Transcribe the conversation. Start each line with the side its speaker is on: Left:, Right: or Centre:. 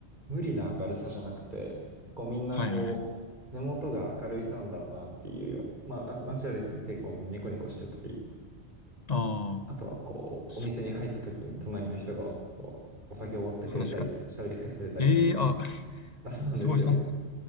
Right: う、無理な明るさじゃなくて、結構みんなこう、
Left: はいはいはい。
Right: 根元が明るい人なんだろうなっていうような。まあ、あ街歩いてても結構みんなニコニコしてたり、
Left: あ
Right: あとはこう、
Left: あ、す
Right: お店に入った時に隣の人がこう、お酒をおごってくれたり、
Left: 話しかけ。
Right: 喋りかけてくれたりっていうような。
Left: ええ、あ、<laughs>
Right: あ、そうなんですよ。
Left: すごい、そんな、